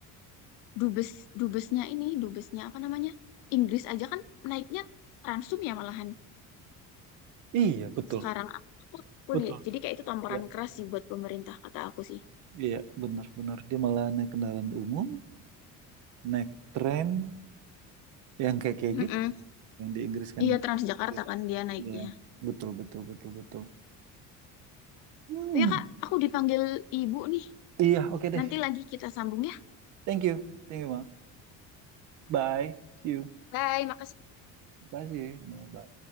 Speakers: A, on the left; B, on the right.
A: dubes, dubesnya ini, dubesnya apa namanya? Inggris aja kan naiknya Transum ya malahan.
B: Iya, betul.
A: Sekarang aku kuliah.
B: Betul.
A: Jadi kayak itu tamparan
B: Ya,
A: keras sih buat pemerintah kata aku sih.
B: iya, benar-benar dia malah naik kendaraan umum, naik tren yang kayak kayak
A: Mm-mm.
B: gitu yang di Inggris kan
A: Iya
B: ya.
A: Transjakarta
B: Oke.
A: kan dia naiknya.
B: Iya, betul, betul, betul, betul. Hmm,
A: Oh ya Kak, aku dipanggil ibu nih.
B: iya, oke deh.
A: Nanti lagi kita sambung ya.
B: Thank you, thank you, Bang. Bye, see you.
A: Bye.
B: Bye, see you. Bye.